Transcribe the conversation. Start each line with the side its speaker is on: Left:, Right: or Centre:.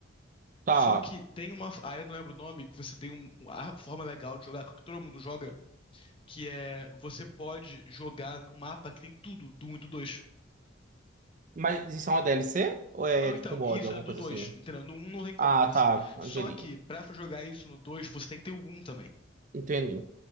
Right: tá.
Left: Só que tem uma. Ah, eu não lembro o nome, que você tem um- uma forma legal de jogar, que todo mundo joga, que é você pode jogar num mapa que tem tudo do 1 e do 2.
Right: Mas isso é uma DLC? Ou é
Left: Não,
Right: tipo
Left: então,
Right: um mod,
Left: isso
Right: alguma
Left: é do
Right: coisa
Left: dois
Right: assim?
Left: entendeu? No um não tem como.
Right: Ah,
Left: Você...
Right: tá.
Left: Só
Right: Entendi.
Left: que pra jogar isso no 2 você tem que ter o um também.
Right: Entendi.